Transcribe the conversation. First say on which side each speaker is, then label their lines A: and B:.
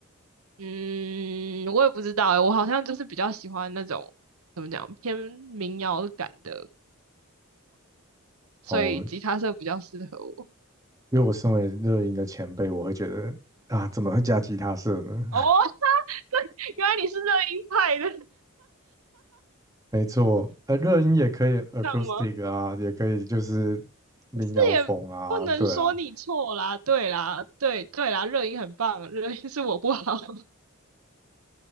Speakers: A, on the right; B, on the right.
A: 嗯，我也不知道欸，我好像就是比较喜欢那种怎么讲偏民谣感的，所以吉他社比较适合我。
B: 哦，因为我身为热音的前辈，我会觉得啊，怎么会加吉他社呢？
A: 哦，<laughs> 原来你是热音派的，
B: <laughs> 没错，呃，热音也可以 acoustic
A: 这样吗？
B: 啊，也可以就是民谣风啊，
A: 这也不能说你错啦，
B: 对啊。
A: 对啦，对对啦，热音很棒，热音是我不好。<laughs>